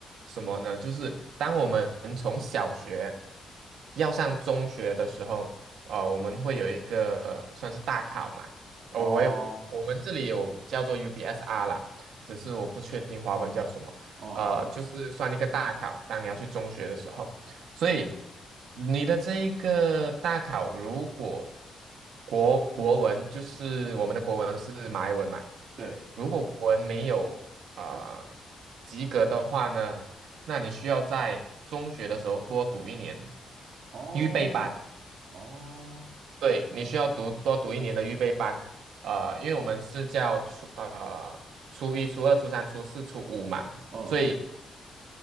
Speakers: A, on the right (about 80°); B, on the right (about 60°).
A: 什么呢？就是当我们从小学要上中学的时候，呃，我们会有一个呃算是大考嘛。哦，
B: 哦
A: 我有，我们这里有叫做 UBSR 啦，只是我不确定华文叫什么。
B: 哦
A: 呃，就是算一个大考，当你要去中学的时候。所以你的这一个大考，如果国国文就是我们的国文是马来文嘛，
B: 对
A: 如果国文没有啊、呃及格的话呢，那你需要在中学的时候多读一年
B: 哦
A: 预备班，
B: 哦。
A: 对，你需要读多读一年的预备班，呃，因为我们是叫初呃初一、初二、初三、初四、初五嘛，
B: 嗯。
A: 所以